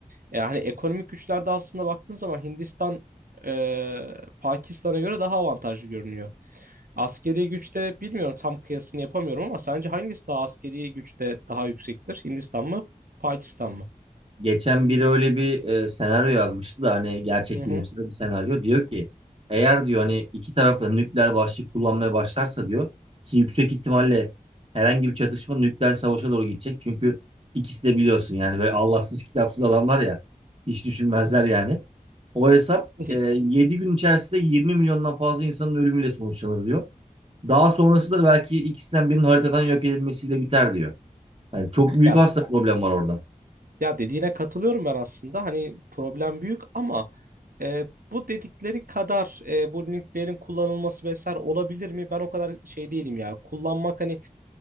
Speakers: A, on the right; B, on the right.
A: yani ekonomik güçlerde aslında baktığın zaman Hindistan e, Pakistan'a göre daha avantajlı görünüyor. Askeri güçte bilmiyorum tam kıyasını yapamıyorum ama sence hangisi daha askeri güçte daha yüksektir? Hindistan mı, Pakistan mı?
B: Geçen biri öyle bir e, senaryo yazmıştı da hani gerçek
A: Hı hı.
B: bilimsel bir senaryo. Diyor ki eğer diyor hani iki taraf da nükleer başlık kullanmaya başlarsa diyor ki yüksek ihtimalle herhangi bir çatışma nükleer savaşa doğru gidecek. Çünkü ikisi de biliyorsun yani böyle Allahsız kitapsız adamlar ya hiç düşünmezler yani. O hesap
A: <laughs>
B: e, 7 gün içerisinde 20 milyondan fazla insanın ölümüyle sonuçlanır diyor. Daha sonrası da belki ikisinden birinin haritadan yok edilmesiyle biter diyor. Yani çok büyük
A: Ya
B: aslında problem var orada.
A: ya dediğine katılıyorum ben aslında. Hani problem büyük ama e, bu dedikleri kadar e, bu nükleerin kullanılması vesaire olabilir mi? Ben o kadar şey değilim ya. Kullanmak hani